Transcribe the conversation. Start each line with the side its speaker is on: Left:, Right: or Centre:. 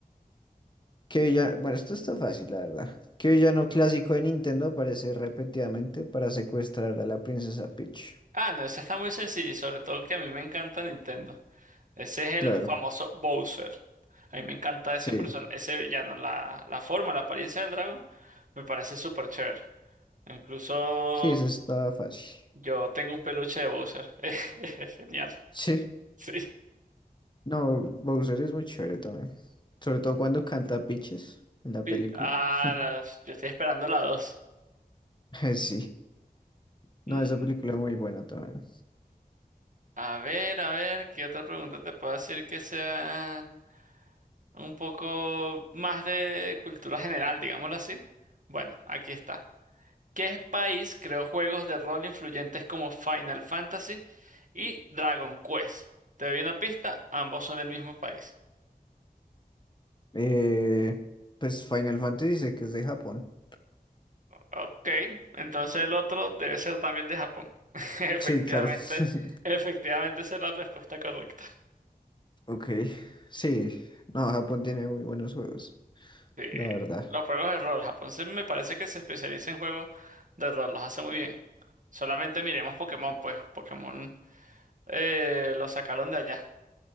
Left: ¿qué villano? Bueno, esto está fácil, la verdad. ¿Qué villano clásico de Nintendo aparece repetidamente para secuestrar a la princesa Peach?
Right: Ah, no, eso está muy sencillo y sobre todo que a mí me encanta Nintendo. Ese es
Left: Claro,
Right: el famoso Bowser. A mí me encanta ese
Left: sí,
Right: person ese villano, la, la forma, la apariencia del dragón, me parece súper chévere. Incluso
Left: sí, eso está fácil.
Right: yo tengo un peluche de Bowser. <laughs> Es genial.
Left: Sí,
Right: Sí.
Left: no, Bowser es muy chévere también. Sobre todo cuando canta Peaches en la
Right: Pi-
Left: película.
Right: Ah,
Left: <laughs>
Right: las- yo estoy esperando la 2.
Left: Sí,
Right: sí.
Left: no, esa película es muy buena también.
Right: A ver, a ver, ¿qué otra pregunta te puedo decir que sea un poco más de cultura general, digámoslo así? Bueno, aquí está. ¿Qué país creó juegos de rol influyentes como Final Fantasy y Dragon Quest? Te doy una pista, ambos son del mismo país.
Left: Eh, pues Final Fantasy dice que es de Japón.
Right: Ok, entonces el otro debe ser también de Japón. <laughs> Efectivamente,
Left: Sí, claro. <laughs>
Right: efectivamente esa es la respuesta correcta.
Left: Ok, sí. No, Japón tiene muy buenos juegos,
Right: Sí,
Left: la verdad.
Right: los juegos de rol, Japón se- me parece que se especializa en juegos de rol, los hace muy bien. Solamente miremos Pokémon, pues Pokémon eh, lo sacaron de allá,